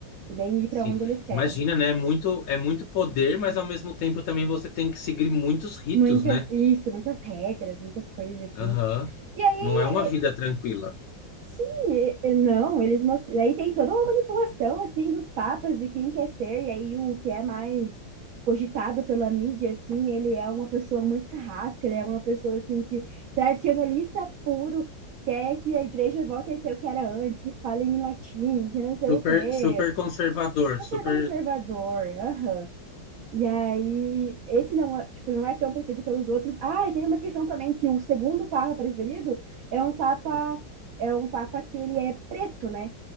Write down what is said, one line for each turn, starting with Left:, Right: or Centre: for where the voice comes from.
Right: E nem ir
Left: Sim,
Right: para onde eles querem
Left: imagina, né? É Muito, é muito poder, mas ao mesmo tempo também você tem que seguir muitos ritos,
Right: muitas
Left: né?
Right: isso, muitas regras, muitas coisas assim.
Left: Aham.
Right: E aí
Left: Não é uma vida tranquila.
Right: Sim, e- e não, eles mostram. Aí tem toda uma manipulação assim dos papas de quem quer ser, e aí o que é mais cogitado pela mídia, assim, ele é uma pessoa muito carrasca, ele é uma pessoa assim que tradicionalista puro, quer que a igreja volte a ser o que era antes, que fale em latim, que não sei
Left: Super,
Right: o quê.
Left: super conservador, super.
Right: Super conservador, aham. E aí, esse não é, tipo, não é tão preferido pelos outros. Ah, e tem uma questão também que o segundo papa preferido é um papa é um papa que ele é preto, né?